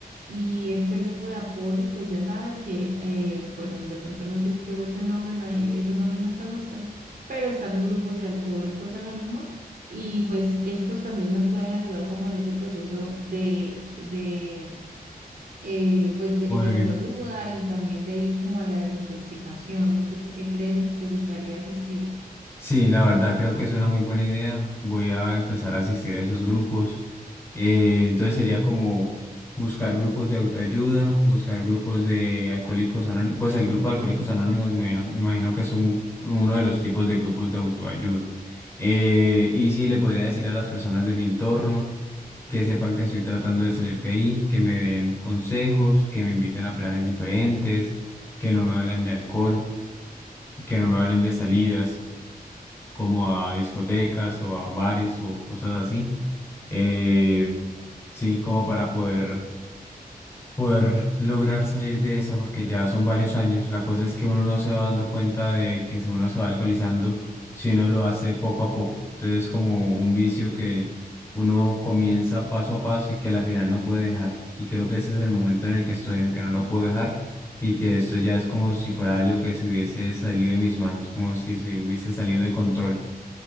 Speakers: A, on the right; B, on the left.
A: Y este grupo de apoyo, pues ya sabes que, eh, bueno, de pronto no sé si te gusta el nombre, no, esos nombres nunca gustan, pero están los grupos de alcohólicos anónimos y pues estos también nos pueden ayudar como en ese proceso de, de, eh, pues de,
B: Pues,
A: de autoayuda y también de ir como a la desintoxicación. No sé tú qué crees y si te gustaría asistir.
B: Sí, la verdad creo que es una muy buena idea. Voy a empezar a asistir a esos grupos. Eh, entonces sería como buscar grupos de autoayuda, buscar grupos de alcohólicos anónimos. Pues el grupo de alcohólicos anónimos me imagino, me imagino que es un- uno de los tipos de grupos de autoayuda. Eh, y sí, le podría decir a las personas de mi entorno que sepan que estoy tratando de salir de ahí, que me den consejos, que me inviten a planes diferentes, que no me hablen de alcohol, que no me hablen de salidas como a discotecas o a bares o cosas así. Eh, sí, como para poder, poder lograr salir de esa, porque ya son varios años. La cosa es que uno no se va dando cuenta de que si uno se va alcoholizando, si uno lo hace poco a poco. Entonces, como un vicio que uno comienza paso a paso y que al final no puede dejar. Y creo que ese es el momento en el que estoy, en el que no lo puedo dejar. Y que esto ya es como si fuera algo que se hubiese salido de mis manos, como si se hubiese salido de control.